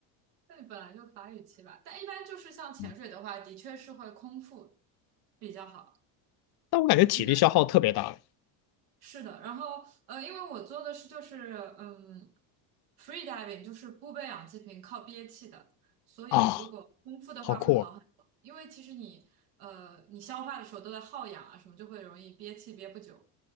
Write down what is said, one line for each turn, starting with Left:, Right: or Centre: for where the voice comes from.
Right: 那你本来就法语期吧？但一般就是像潜水的话，
Left: 嗯
Right: 的确是会空腹比较好。
Left: 但我感觉体力消耗特别大
Right: 嗯是的，然后呃，因为我做的是就是嗯，free diving，就是不背氧气瓶，靠憋气的，所以如果空腹的话会好很多，
Left: 啊，好酷啊！
Right: 因为其实你呃你消化的时候都在耗氧啊，什么就会容易憋气憋不久。